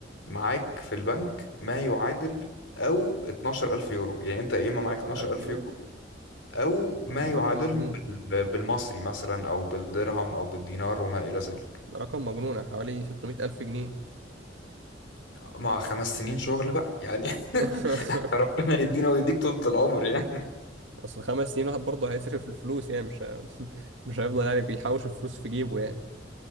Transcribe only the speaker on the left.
معاك في البنك ما يعادل او 12000 يورو يعني انت يا اما معاك
12000
يورو أو ما
يعادلهم
بال- بالمصري مثلا أو بالدرهم أو بالدينار وما إلى ذلك
مع خمس سنين شغل بقى يعني
<laughs> ربنا يدينا ويديك طولة العمر يعني